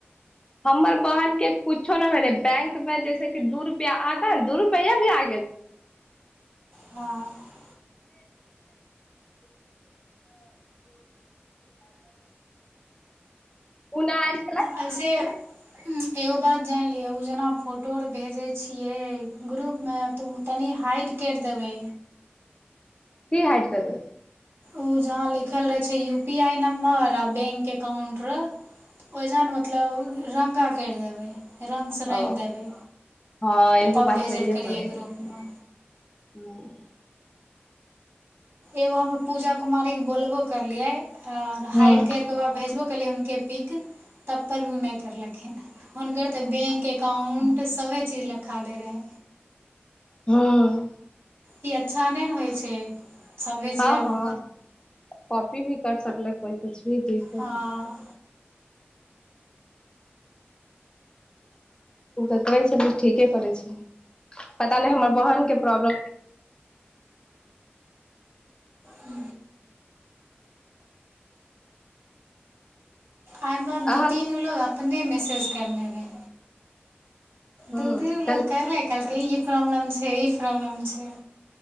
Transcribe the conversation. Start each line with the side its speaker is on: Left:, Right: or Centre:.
Left: हमर बहनके कुछो नहि भेलै बैंकमे जैसे कि दू रुपैआ आ द दू रुपैआ भी आ गेल
Right: हँ
Left: ओ नहि आइल छलाह
Right: ऐसे एगो बात जानलियै ओ जेना फोटो आर भेजै छियै ग्रुपमे तऽ ओ तनि हाइड करि देबै
Left: क हइड कऽ देबै
Right: ओ जहाँ लिखल रहै छै यू पी आई नम्बर आ बैंक एकाउंट र ओ जन मतलब करि देबै रङ्गसँ रङ्ग
Left: ओ
Right: देबै
Left: हँ एगो
Right: तब
Left: बात
Right: भेज
Left: सहिए
Right: ले करियै
Left: कहै
Right: ग्रुपमे
Left: हँ
Right: एगो हमे पूजा कुमारी के बोलबो करलियै आऔर
Left: हँ
Right: हाइड करके भेजबो केलियै हुनके पिक तब पर भी उ नइ करलथिन तऽ बैंक एककाउंट सभे चीज लखा दै रहै
Left: हँ
Right: ई अच्छा नहि ने होइ छै सभे
Left: हँ
Right: चीज आब
Left: हँ कॉपी भी कर सकलै कोइ किुछ ही दिक्कत
Right: हँ
Left: उ बतबै छलि ठीके करै छलि पता नहि हमर बहनके प्रॉब्लम
Right: हू आई हमरा दू
Left: अहाँ
Right: तीनगो अपने मैसेज करने मे
Left: हँ
Right: दू तीन गो लोक करलै कहलकै ई प्रॉब्लम छै ई प्रॉब्लम छै